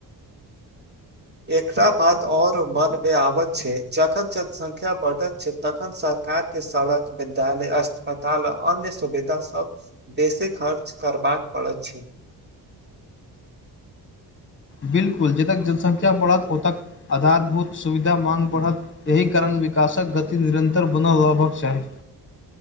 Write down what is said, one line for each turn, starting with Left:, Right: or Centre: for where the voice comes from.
Right: एकरा बात और मन बे आबत छै जखन जनसंख्या बढ़त छै तखन सरकार के सड़क विद्यालय अस्पताल अन्य सुविधा सब बेसे खर्च करबाक पड़ैत छै
Left: बिल्कुल जतक जनसंख्या बढ़त ओतऽ आधारभूत सुविधा माँग बढ़त यहि कारण विकासक गति निरन्तर बना लबाक चाही